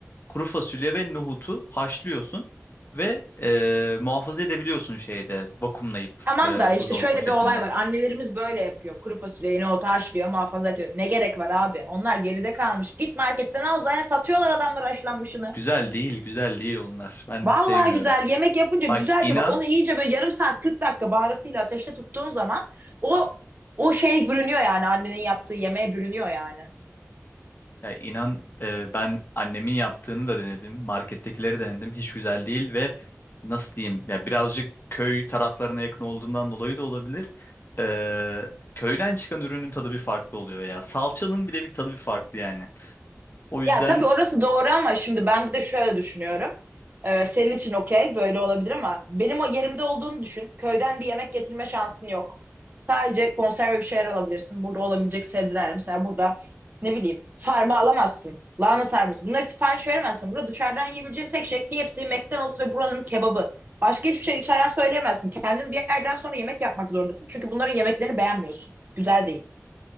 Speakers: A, on the left (about 40°); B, on the right (about 40°).
A: kuru fasulye ve nohutu haşlıyorsun ve e, muhafaza edebiliyorsun şeyde vakumlayıp
B: Tamam
A: e,
B: da işte
A: buzdolabı
B: şöyle
A: poşetinde.
B: bir olay var. Annelerimiz böyle yapıyor. Kuru fasulyeyi ota haşlıyor, muhafaza ediyor. Ne gerek var abi? Onlar geride kalmış. Git marketten al zaten satıyorlar adamlar haşlanmışını.
A: Güzel değil, güzel değil onlar. Ben
B: Vallahi
A: sevmiyorum.
B: güzel yemek yapınca
A: Bak
B: güzelce
A: inan
B: bak onu iyice böyle yarım saat 40 dakika baharatıyla ateşte tuttuğun zaman o o şeye bürünüyor yani annenin yaptığı yemeğe bürünüyor yani.
A: Ya inan e, ben annemin yaptığını da denedim. Markettekileri denedim. Hiç güzel değil ve nasıl diyeyim ya birazcık köy taraflarına yakın olduğundan dolayı da olabilir. E, köyden çıkan ürünün tadı bir farklı oluyor ya. Salçanın bile bir tadı bir farklı yani. O yüzden
B: Ya tabii orası doğru ama şimdi ben bir de şöyle düşünüyorum. Ee, senin için okey böyle olabilir ama benim o yerimde olduğunu düşün. Köyden bir yemek getirme şansın yok. Sadece konserve bir şeyler alabilirsin. Burada olabilecek sebzeler. Mesela burada ne bileyim sarma alamazsın. Lahana sarması. Bunları sipariş veremezsin. Burada dışarıdan yiyebileceğin tek şey KFC, McDonald's ve buranın kebabı. Başka hiçbir şey içeriden söyleyemezsin. Kendin bir yerden sonra yemek yapmak zorundasın. Çünkü bunların yemeklerini beğenmiyorsun. Güzel değil.